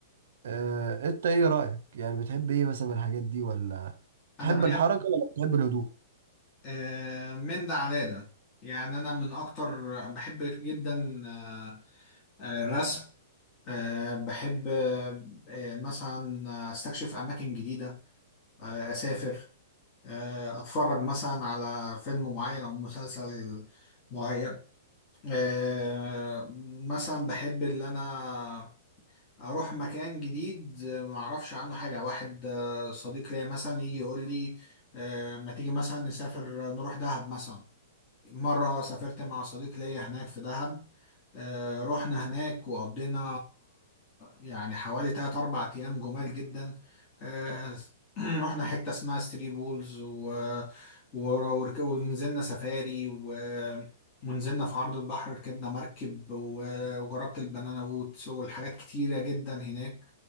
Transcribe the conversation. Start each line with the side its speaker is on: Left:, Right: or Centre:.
Right: آه، انت ايه رأيك يعني بتحب ايه مثلا من الحاجات دي ولا تحب
Left: انا بحب
Right: الحركة ولا بتحب الهدوء
Left: آه، من ده على ده يعني انا من اكتر بحب جدا آه، آه، الرسم آه، بحب آه، آه، مثلا استكشف اماكن جديده آه، اسافر آه، اتفرج مثلا على فيلم معين او مسلسل معين آه، مثلا بحب اللي انا اروح مكان جديد آه، ما اعرفش عنه حاجه واحد آه، صديق ليا مثلا يجي يقول لي آه، ما تيجي مثلا نسافر آه، نروح دهب مثلا مرة سافرت مع صديق ليا هناك في دهب آه، رحنا هناك وقضينا يعني حوالي تلات أربع أيام جمال جدا آه، <clears throat> رحنا حتة اسمها ثري بولز و... و- ورك- ونزلنا سفاري و... ونزلنا في عرض البحر ركبنا مركب و... وجربت البنانا بوتس والحاجات كتيرة جدا هناك